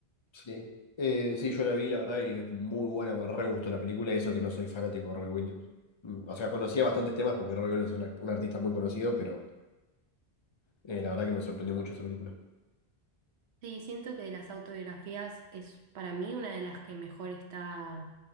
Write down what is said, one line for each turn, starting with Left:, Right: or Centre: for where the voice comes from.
Left: Sí. Eh, sí, yo la vi, la verdad, y es muy buena, me re gustó la película, y eso que no soy fanático de Robbie Williams. Mm, O sea, conocía bastantes temas porque Robbie Williams es un, act- un artista muy conocido, pero eh, la verdad que me sorprendió mucho esa película.
Right: Sí, siento que de las autobiografías es para mí una de las que mejor está,